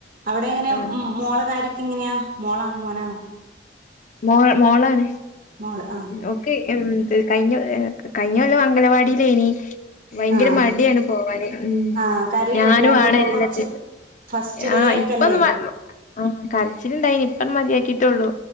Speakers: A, on the right; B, on the left.
A: അവിടെങ്ങനെ
B: ആ.
A: മോളെകാര്യ ഇങ്ങനെയാ മോള മോനാണോ
B: മോൾ മോളാണ്
A: മോള് ആഹ്
B: ഓക്കെ എന്ത്‌ കഴിഞ്ഞ എഹ്‌ കഴിഞ്ഞ കൊല്ലം അംഗനവാടില് ഇനി ഭയങ്കര
A: ആഹ്
B: മടിയാണ് പോവാന് ഉം
A: ആഹ് കരയോ
B: ഞാനും
A: പോകുമ്പോ
B: ആടെ
A: ഇപ്പൊ
B: ഇരുന്നിട്ട്
A: കൊറച്ച് ഫസ്റ്റ് ഡേ
B: ആ
A: ഒക്കെല്ലേ
B: ഇപ്പൊന്ന് ആ കരച്ചിലുണ്ടായിനി ഇപ്പൊ മതിയാക്കിട്ട് ട്ടുളു